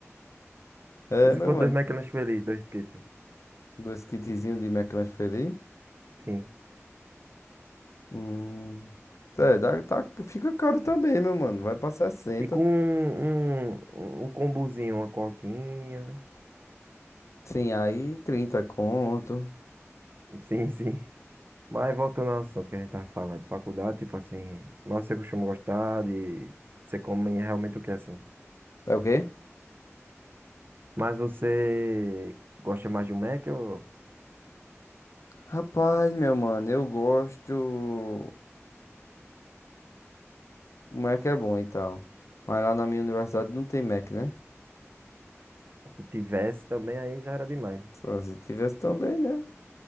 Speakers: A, on the left; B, on the right.
A: É,
B: E se
A: meu
B: for
A: mano.
B: dois McLanche feliz, dois kits.
A: Dois kitzinhos de McLanche feliz.
B: Sim.
A: Hum. É, dá, tá, fica caro também, meu mano. Vai pra 60.
B: E com um, um, um combozinho, uma coquinha.
A: Sim, aí 30 conto.
B: Sim, sim. Mas voltando ao assunto que a gente tava falando, faculdade, tipo assim, mas você costuma gostar de. Você come realmente o que assim?
A: É o quê?
B: Mas você gosta mais de um Mac ou
A: Rapaz, meu mano, eu gosto. O Mac é bom e tal. Mas lá na minha universidade não tem Mac, né?
B: o que tivesse também aí já era demais. né?
A: Só se tivesse também, né?